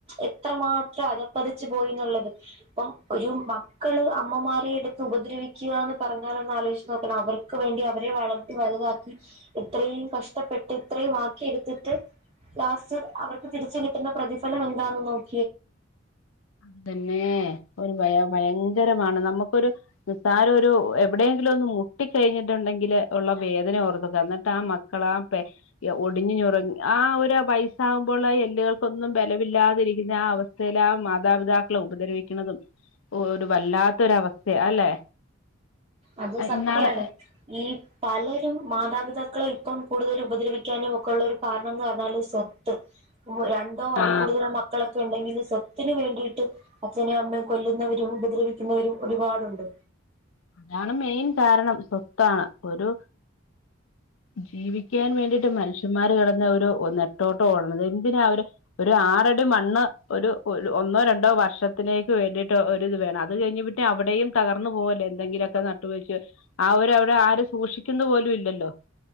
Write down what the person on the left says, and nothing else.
അതന്നെ ഒരു ഭയ ഭയങ്കരമാണ് നമുക്കൊരു നിസ്സാരം ഒരു എവിടെയെങ്കിലും ഒന്ന് മുട്ടി കഴിഞ്ഞിട്ടുണ്ടെങ്കില് ഉള്ള വേദന ഓർത്തക്കാം എന്നിട്ട് ആഹ് മ കളാ പേ ഒടിഞ്ഞഞ്റങ്ങി ആഹ് ഒരു വയസ്സാകുമ്പോൾ ആ എല്ലുകൾക്കൊന്നും ബലമില്ലാതിരി പിന്നെ ആഹ് അവസ്ഥയില് ആഹ് മാതാപിതാക്കളെ ഉപദ്രവിക്ക്ണതും ഓ ഒരു വല്ലാത്തൊരവസ്ഥ അല്ലെ
ഇന്നാള്
ആ
അതാണ് മെയിൻ കാരണം സ്വത്താണ് ഒരു ജീവിക്കാൻ വേണ്ടിയിട്ട് മനുഷ്യന്മാര് കിടന്ന ഒരു നെട്ടോട്ടം ഓടത് എന്തിനാ അവര് ഒരു ആറടി മണ്ണ് ഒരു ഒന്നോ രണ്ടോ വർഷത്തിലേക്ക് വേണ്ടിട്ട് ഒരിത് വേണം അത് കഴിഞ്ഞി അവിടെയും തകർന്നു പോല്ലേ എന്തെങ്കിലുമൊക്കെ നട്ട് വച്ച് ആര്വിടെ ആര് സൂക്ഷിക്കുന്ന പോലും ഇല്ലല്ലോ